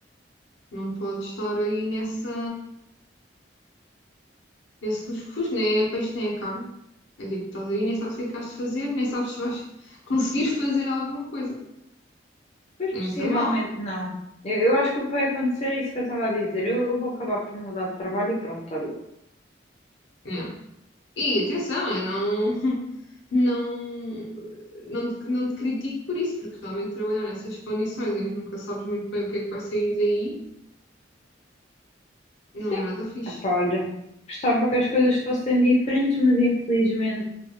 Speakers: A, on the left; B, on the left.
A: não pode estar aí nessa. nesse lusco-fusco, nem é peixe, nem é carne. É tipo, estás aí, nem sabes o que é que has de fazer, nem sabes se vais conseguir <laughs> fazer alguma coisa.
B: pois
A: É
B: possivelmente
A: muito mal.
B: não. Eu, eu acho que o que vai acontecer é isso que eu estava a dizer. Eu, eu vou acabar por mudar de trabalho e pronto, olha.
A: né? E atenção, eu não, <laughs> não, não, te, não te critico por isso, porque realmente trabalhar nessas condições em que nunca sabes muito bem o que é que vai sair daí, não
B: Sim,
A: é nada fixe.
B: epá, olha, gostava que as coisas fossem diferentes, mas infelizmente.